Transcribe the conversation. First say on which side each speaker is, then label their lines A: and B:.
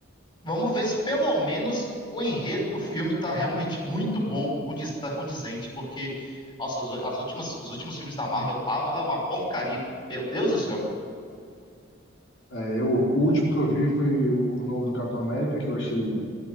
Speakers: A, on the left; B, on the left.
A: Vamos ver se pelo menos o enredo do filme tá realmente muito bom, condiz, tá condizente, porque, nossa, os, as últimas, os últimos filmes da Marvel tava uma porcaria. Meu Deus do céu.
B: É, eu, o último que eu vi foi o, o novo do Capitão América, que eu achei